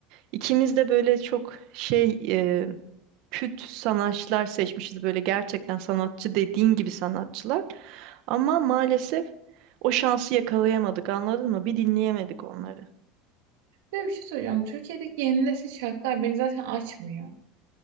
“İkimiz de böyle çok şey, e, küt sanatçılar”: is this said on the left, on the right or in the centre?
Right